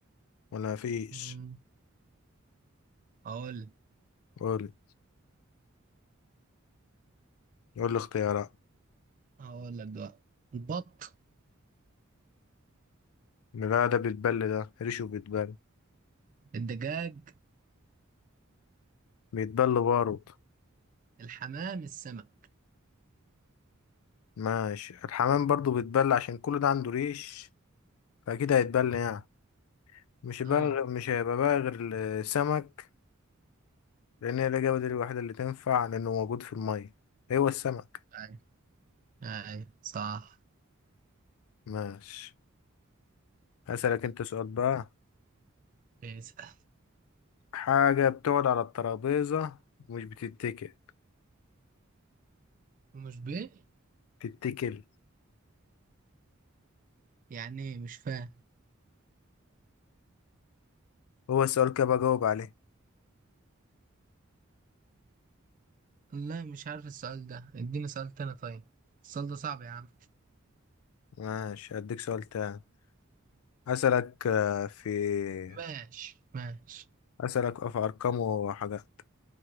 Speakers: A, on the left (about 90°); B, on the right (about 40°).
A: ولا مفيش
B: مم. هقول
A: قول قول لي اختيارات
B: هقول لك دلوقتي البط
A: لا ده بيتبل ده ريشه بيتبل
B: الدجاج
A: بيتبل برضه
B: الحمام السمك
A: ماشي الحمام برضه بيتبل عشان كل ده عنده ريش فأكيد هيتبل يعني مش هيبقى
B: اه
A: غ- مش هيبقى بقى غير السمك لان هي الاجابه دي الوحيده اللي تنفع لانه موجود في الميه هو السمك
B: اي اي صح
A: ماشي هسألك انت سؤال بقى
B: اسأل
A: حاجه بتقعد على الترابيزه ومش بتتكل
B: ومش بيه؟
A: تتكل
B: يعني ايه مش فاهم
A: هو السؤال كده بجاوب عليه
B: لا مش عارف السؤال ده اديني سؤال تاني طيب السؤال ده صعب يا عم
A: ماشي هديك سؤال تاني هسألك آه، في
B: ماشي ماشي
A: هسألك في ارقام وحاجات